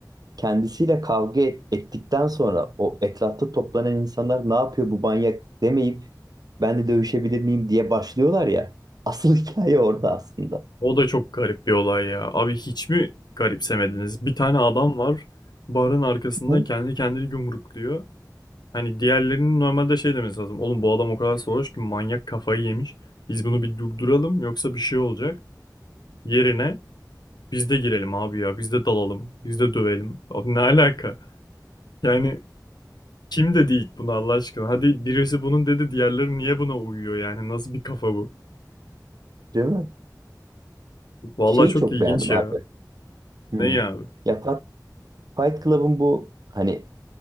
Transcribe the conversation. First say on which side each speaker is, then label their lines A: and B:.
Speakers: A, on the right (about 60°); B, on the left (about 75°).
A: Kendisiyle kavga et- ettikten sonra o etrafta toplanan insanlar ne yapıyor bu manyak demeyip ben de dövüşebilir miyim diye başlıyorlar ya. Asıl <laughs> hikaye orada aslında.
B: O da çok garip bir olay ya. Abi hiç mi garipsemediniz? Bir tane adam var, barın arkasında
A: <laughs>
B: kendi kendini yumrukluyor. Hani diğerlerinin normalde şey demesi lazım. Oğlum bu adam o kadar sarhoş ki manyak kafayı yemiş. Biz bunu bir durduralım yoksa bir şey olacak. Yerine Biz de girelim abi ya. Biz de dalalım. Biz de dövelim. Abi ne alaka? Yani kim dedi ilk bunu Allah aşkına? Hadi birisi bunun dedi diğerleri niye buna uyuyor yani? Nasıl bir kafa bu?
A: Değil mi?
B: Vallahi
A: Şeyi
B: çok
A: çok
B: ilginç
A: beğendim
B: ya.
A: abi. Hmm.
B: Ne ya abi?
A: Ya Fa- Fight Club'ın bu hani